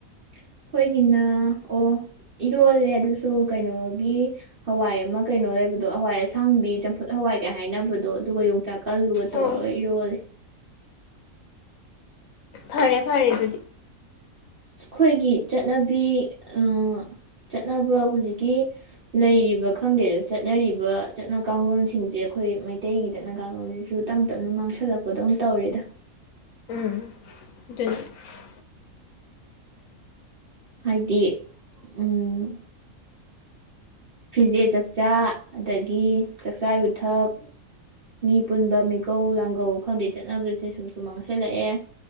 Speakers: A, on the right; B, on the left.
A: ꯑꯩꯈꯣꯏꯒꯤꯅ ꯑꯣ ꯏꯔꯣꯜꯂꯦ ꯑꯗꯨꯁꯨ ꯀꯩꯅꯣꯒꯤ ꯍꯋꯥꯏ ꯑꯃ ꯀꯩꯅꯣ ꯂꯩꯕꯗꯣ ꯍꯋꯥꯏ ꯑꯁꯥꯡꯕꯤ ꯆꯝꯐꯨꯠ ꯍꯋꯥꯏ ꯀ ꯍꯥꯏꯅꯕꯗꯣ ꯑꯗꯨꯒ ꯌꯣꯡꯆꯥꯛ ꯑꯜꯂꯨꯒ ꯇꯧꯔꯒ
B: ꯎꯝ
A: ꯏꯔꯣꯜꯂꯦ꯫
B: ꯐꯔꯦ ꯐꯔꯦ ꯑꯗꯨꯗꯤ꯫
A: ꯑꯩꯈꯣꯏꯒꯤ ꯆꯠꯅꯕꯤ ꯎꯝ ꯆꯠꯅꯕ ꯍꯧꯖꯤꯛꯀꯤ ꯂꯩꯔꯤꯕ ꯈꯪꯗꯦꯗ ꯆꯠꯅꯔꯤꯕ ꯆꯠꯅ ꯀꯥꯡꯂꯣꯟꯁꯤꯡꯁꯦ ꯑꯩꯈꯣꯏ ꯃꯩꯇꯩꯒꯤ ꯆꯠꯅ ꯀꯥꯡꯂꯣꯟꯁꯤꯁꯨ ꯇꯞ ꯇꯞꯅ ꯃꯥꯡꯁꯜꯂꯛꯄꯗꯧꯅ ꯇꯧꯔꯦꯗ
B: ꯎꯝ <unintelligible>
A: ꯍꯥꯏꯗꯤ ꯎꯝ ꯐꯤꯖꯦꯠ ꯆꯥꯛꯆꯥ ꯑꯗꯒꯤ ꯆꯥꯛꯆꯥ ꯌꯨꯊꯛ ꯃꯤ ꯄꯨꯟꯕ ꯃꯤꯀꯧ ꯂꯥꯡꯒꯧ ꯈꯪꯗꯦ ꯆꯠꯅꯕꯁꯦ ꯁꯨꯝꯁꯨꯨꯝ ꯃꯥꯡꯁꯜꯂꯛꯑꯦ